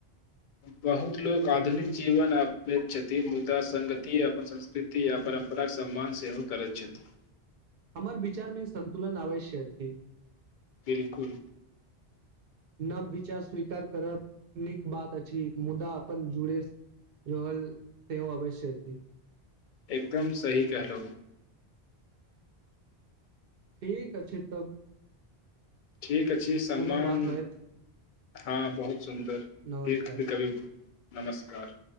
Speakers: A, on the left (about 55°); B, on the right (about 65°).
A: बहुत लोक आधुनिक जीवन अपनैत छथिन मुदा संगति अपन संस्कृति या परम्पराक सम्मान सेहो करैत छथि।
B: हमर विचार मे ई संन्तुलन अवश्य अछि।
A: बिलकुल
B: नव विचार स्वीकार करब नीक बात अछि मुदा अपन जुड़े रहल सेहो अवश्य अछि।
A: एकदम सही कहलों
B: ठीक अछि तब
A: ठीक अछि सम्मान
B: पुनः बात होयत
A: हँ बहुत सुन्दर
B: नमस्कार
A: एक कभी नमस्कार